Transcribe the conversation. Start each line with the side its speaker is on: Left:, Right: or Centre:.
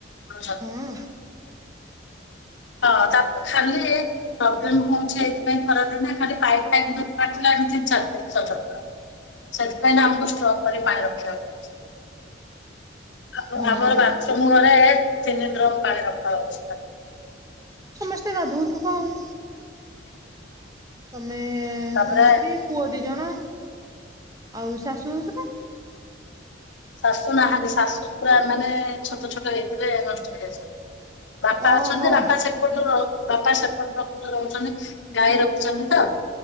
Left: <unintelligible>
Right: ହଁ
Left: ହଁ ତା ପରେ ଖାଲି ପ୍ରବ୍ଲେମ୍ ହଁଉଚି ଏଇଥିପାଇଁ ଖରାଦିନେ ଖାଲି ପାଇପ୍ ଫାଇପ୍ ଯଦି ଫାଟିଲା ଏଇନୁ ତିନି ଚାରଦିନି ସଜଡ଼ା ହବ। ସେଥିପାଇଁ ନା ଆମକୁ ଷ୍ଟ୍ରକ୍ କରି ପାଣି ରଖିବାକୁ ପଡୁଛି। ଆଉ
Right: ହଁ
Left: ଆମର ବାଥ୍ରୁମ୍ ଘରେ ତିନି ଡ୍ରମ୍ ପାଣି ରଖାହଉଚି ଖାଲି
Right: ସମସ୍ତେ ଗାଧଉଥିବ ଆଉ। ତମେ
Left: ତାପରେ
Right: ସ୍ବାମୀ, ସ୍ତ୍ରୀ ପୁଅ ଦି ଜଣ ଆଉ ଶାଶୁ ଶଶୁର
Left: ଶାଶୁ ନାହାନ୍ତି ଶାଶୁ ପୁରା ମାନେ ଛୋଟ ଛୋଟ ହେଇଥିଲେ ନଷ୍ଟ ହେଇଯାଇଛନ୍ତି ବାପା
Right: ଓହୋ
Left: ଅଛନ୍ତି ବାପା ସେପଟରୁ ବାପା ସେପଟ ରଖୁ ରହୁଛନ୍ତି ଗାଈ ରଖୁଚନ୍ତି ତ